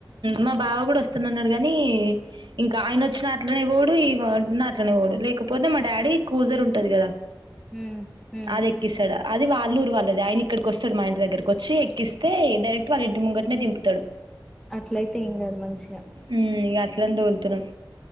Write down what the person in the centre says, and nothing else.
హ్మ్ హ్మ్
అట్లయితే ఏం కాదు మంచిగా